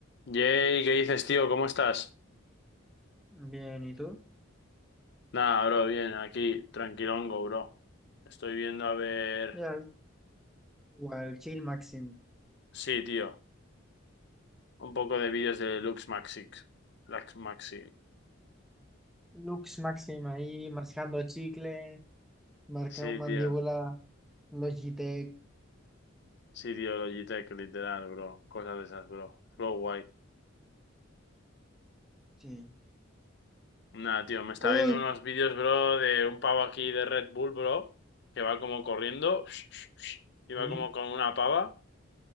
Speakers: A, on the left (about 55°); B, in the centre.
A: Yay, ¿qué dices, tío? ¿Cómo estás?
B: Bien, ¿y tú?
A: Nada, bro, bien, aquí, tranquilongo, bro. Estoy viendo a ver.
B: Ya, igual, chill máximo.
A: Sí, tío. Un poco de vídeos de Lux Maxix. Lux Maxi.
B: Lux máximo ahí, mascando chicle, marcando
A: Sí,
B: mandíbula,
A: tío.
B: Logitech.
A: Sí, tío, Logitech, literal, bro. Cosas de esas, bro. Flow guay.
B: Sí.
A: Nada, tío, me está
B: ¡Uy!
A: viendo unos vídeos, bro, de un pavo aquí de Red Bull, bro, que va como corriendo. <laughs> Y va
B: Sí,
A: como con una pava.